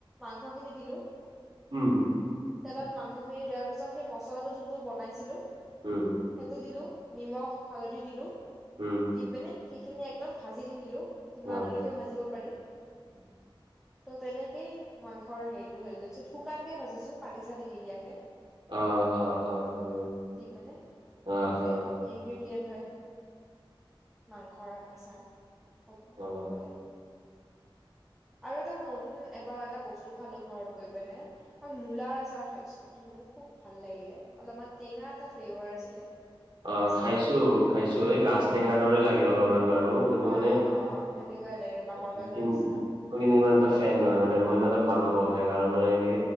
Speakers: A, in the centre; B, on the right.
A: মাংসখিনি দিলো।
B: উম,
A: তেলত মাংসখিনি দিয়াৰ পিছত, সেই মছলাটো যোনটো বনাইছিলো।
B: উম,
A: সেইটো দিলো, নিমখ, হালধি, দিলো।
B: উম,
A: দি পিনে সেইখিনি একদম ভাজি থাকিলো, যিমানলৈকে
B: অ',
A: ভাজিব পাৰি।
B: <inaudible>
A: ত' তেনেকেই মাংসৰ হেৰিটো হৈ গৈছে শুকানকে ভাজিছো পানী-চানী নিদিয়াকে।
B: অ অ অ
A: যেনে সেইটোৱে
B: অ',
A: ইনগ্ৰেডিয়েণ্ট হয় মাংসৰ আচাৰ। ক'ব
B: অ',
A: গলে।
B: <inaudible>
A: আৰু এটা মই নতুন এবাৰ এটা বস্তু খালো ঘৰত গৈ পিনে মই মূলাৰ আচাৰ খাইছো। <unintelligible> মোক খুব ভাল লাগিলে, অলপমান টেঙা এটা ফ্লেভাৰ আছিলে।
B: অ
A: আচাৰটোত
B: খাইছো খাইছো, এই গাজ টেঙাৰ দৰে লাগে অলপমান বাৰু। <unintelligible>
A: হয়
B: মানে
A: অ
B: <unintelligible>
A: অ' সেনেকুৱাই লাগে বাঁহৰ
B: মই
A: গাজৰ নিচিনা
B: কিন্তু ইমান এটা ফেন নহয় মানে, মই ইমান এটা ভাল নাপাওঁ সেই কাৰণ মানে কি